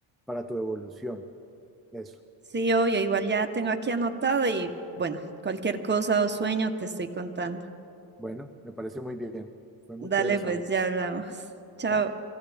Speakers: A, in the centre; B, on the right.
A: para tu evolución. Eso.
B: Sí, obvio, igual ya tengo aquí anotado y bueno, cualquier cosa o sueño te estoy contando.
A: Bueno, me parece muy bien. Fue muy
B: Dale,
A: chévere saber
B: pues ya
A: esto.
B: hablamos. Chao.
A: Chao.